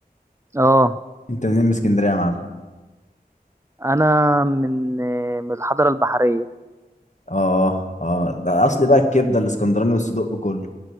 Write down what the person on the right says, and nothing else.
اه
انا من آه، من الحضاره البحريه